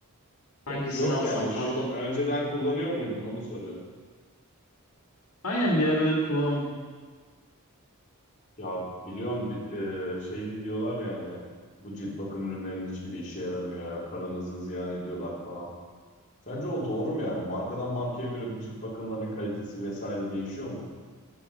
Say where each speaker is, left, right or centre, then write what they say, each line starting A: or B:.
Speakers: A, on the left; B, on the left.
A: Ya,
B: Hangisini
A: yok
B: alsam
A: yani ş-
B: pardon.
A: önceden kullanıyor muydun onu soruyor.
B: Aynen bir ara öyle kullandım.
A: Ya biliyorum bi- e, şey de diyorlar yani bu cilt bakım ürünlerinin hiçbiri işe yaramıyor. Paranızı ziyan ediyorlar falan. Sence o doğru mu yani? Markadan markaya göre bu cilt bakımlarının kalitesi vesaire değişiyor mu?